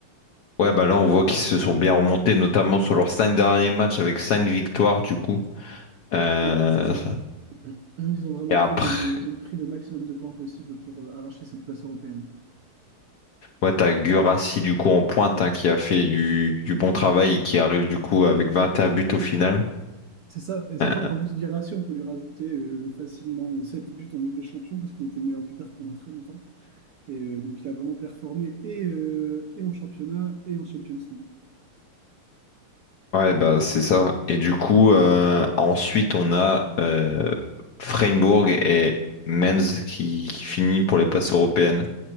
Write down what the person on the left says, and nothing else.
Ouais, bah là, on voit qu'ils se sont bien remontés, notamment sur leurs cinq derniers matchs avec cinq victoires du coup. Euh,
et après,
ouais, t'as Guirassy du coup en pointe hein, qui a fait du, du bon travail et qui arrive du coup avec 21 buts au final.
Euh,
Ouais, bah c'est ça. Et du coup, euh, ensuite, on a euh, Freiburg et Mainz qui, qui finit pour les
places européennes.